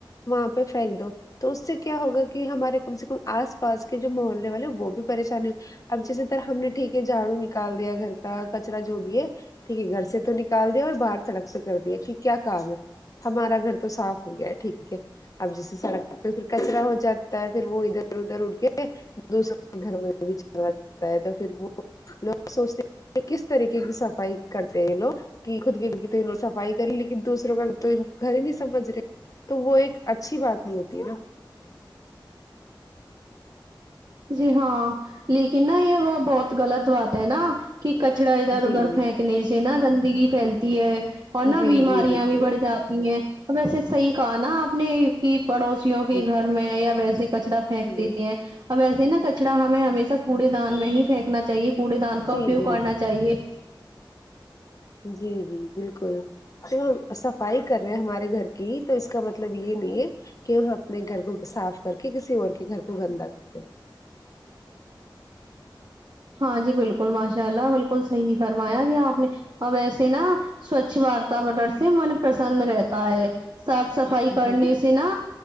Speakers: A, on the left; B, on the right.
A: وہاں پہ پھینک دو تو اس سے کیا ہوگا کہ ہمارے کم سے کم اس پاس کے جو محلے والے وہ بھی پریشانی اب جیسے طرح ہم نے ٹھیک ہے جھاڑو نکال دیا گھر کا کچرا جو بھی ہے ٹھیک ہے گھر سے تو نکال دیا اور باہر سڑک سے کر دیا کہ کیا کام ہے ہمارا گھر تو صاف ہو گیا ٹھیک ہے اب جیسے سڑک پہ پھر کچرا ہو جاتا ہے پھر وہ ادھر ادھر اٹ کے دوسروں کے گھر میں بھی چلا جاتا ہے تو پھر وہ لوگ سوچتے ہیں کہ کس طریقے کی صفائی کرتے ہیں لوگ کہ خود کے تووں صفائی کر لیکن دوسروں کا تو گھر ہی نہیں سمجھ رہے تو وہ ایک اچھی بات نہیں ہوتی ہے نا
B: جی ہاں لیکن نا یہ وہ بہت غلط بات ہے نا کہ کچڑا ادھر ادھر
A: جی جی
B: پھینکنے سے نہا گندگی پھیلتی ہے اور نہ
A: جی
B: بیماریاں
A: جی بالکل
B: بھی بڑھ جاتی ہیں ایسے صحیح کہا نا آپ نے کہ پڑوسیوں کے
A: جی
B: گھر میں یا ویسے کچرا پھینک
A: جی
B: دیتی ہیں اب ویسے نا کچڑا ہمیں ہمیشہ کوڑے دان میں ہی پھینکنا چاہیے کوڑے دان کا
A: جی
B: اپیوگ
A: جی
B: کرنا
A: جی
B: چاہیے
A: جی جی بالکل جب ہم صفائی کر رہے ہیں ہمارے گھر کی ہی تو اس کا مطلب یہ نہیں ہے کہ وہ اپنے گھر کو صاف کر کے کسی اور کے گھر کو گندا کرتے
B: ہاں جی بالکل ماشاء اللہ بالکل صحیح نہیں فرمایا جی آپ نے اب ایسے نا سوچھ واتاوارن سے من پرسن رہتا ہے صاف صفائی
A: ہیں۔
B: کرنے
A: جی
B: سے نا